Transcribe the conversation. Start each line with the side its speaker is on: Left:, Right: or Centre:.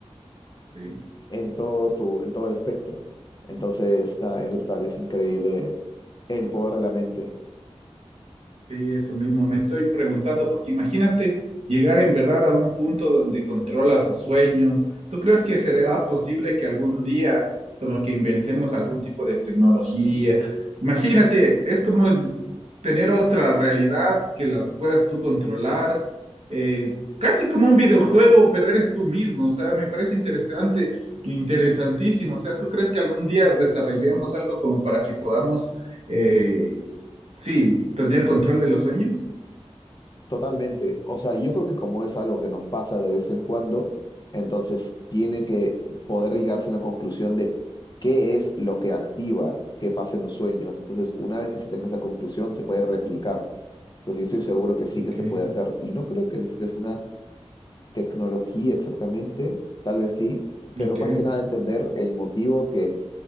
Right: Sí.
Left: en todo tu, en todo el espectro. Entonces, nada, es brutal, es increíble el poder de la mente.
Right: Sí, eso mismo, me estoy preguntando, porque imagínate llegar en verdad a un punto donde controlas los sueños. ¿Tú crees que será posible que algún día como que inventemos algún tipo de tecnología? Imagínate, es como tener otra realidad que la puedas tú controlar, eh, casi como un videojuego, pero eres tú mismo. O sea, me parece interesante, interesantísimo. O sea, ¿tú crees que algún día desarrollemos algo como para que podamos... eh, Sí, tener control de los sueños.
Left: Totalmente. O sea, yo creo que como es algo que nos pasa de vez en cuando, entonces tiene que poder llegarse a una conclusión de qué es lo que activa que pasen los sueños. Entonces, una vez que se tenga esa conclusión, se puede replicar. Entonces, yo estoy seguro que sí
Right: Ok,
Left: que se puede hacer. Y no creo que necesites una tecnología exactamente, tal vez sí, pero
Right: ok,
Left: más que nada entender el motivo que,